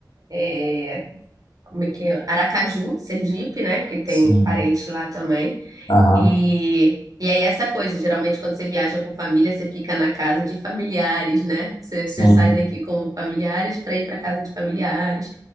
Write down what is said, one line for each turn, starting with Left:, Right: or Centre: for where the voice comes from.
Right: é, como é que é? Aracaju, Sergipe, né? Que tem
Left: Sim.
Right: parente lá também.
Left: Aham,
Right: E, e aí essa coisa, geralmente quando você viaja com família, você fica na casa de familiares, né? Você,
Left: sim,
Right: você sai daqui com familiares para ir para casa de familiares.